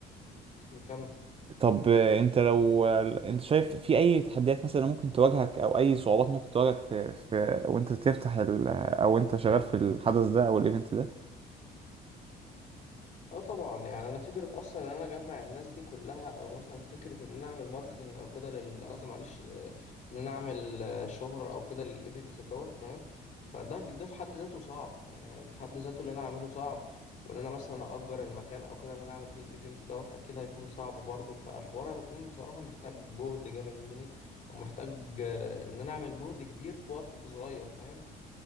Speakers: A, on the left; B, on the right.
A: <clears throat> نكمل
B: طب آه، انت لو آه، انت شايف في اي تحديات مثلا ممكن تواجهك او اي صعوبات ممكن تواجهك في, في وانت بتفتح ال... او انت شغال في الحدث ده او الايفنت ده
A: اه طبعا يعني انا فكره اصلا ان انا اجمع الناس دي كلها او مثلا فكره ان انا اعمل ماركتنج او كده لل قصدي معلش آه، ان انا اعمل آه، شهره او كده للايفنت دوت فاهم فده ده في حد ذاته صعب فاهم يعني ده في حد ذاته اللي انا اعمله صعب وان انا مثلا اجر المكان او كده ان انا اعمل فيه الايفنت دوت اكيد هيكون صعب برضه فالحوار هيكون بصراحه محتاج جهد جامد مني ومحتاج آه، ان انا اعمل جهد كبير في وقت صغير فاهم